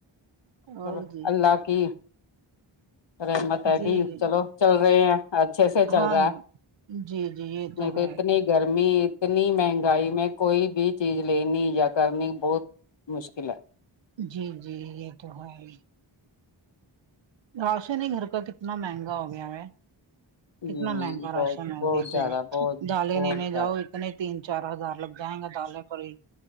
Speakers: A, on the left; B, on the right.
A: چلو
B: اور جی
A: اللہ کی رحمت ہے
B: جی
A: کہ
B: جی
A: چلو چل رہے ہیں اچھے سے چل
B: ہاں
A: رہا
B: ج
A: ہے
B: جی جی یہ
A: نہیں
B: تو ہے
A: اتنی گرمی اتنی مہنگائی میں کوئی بھی چیز لینی جیا کرنی بہت مشکل ہے
B: جی جی یہ تو ہے راشن ہی گھر کا کتنا مہنگا ہو گیا ہے
A: ہ
B: کتنا مہنگا
A: بہت
B: راشن ہے
A: بہت
B: دیکھ
A: زیادہ
B: لے
A: بہت
B: ڈالے
A: بہت
B: لینے
A: زیادہ
B: جاؤ تنے تین چار ہزار لگ جا ہے گا دال ہے پوری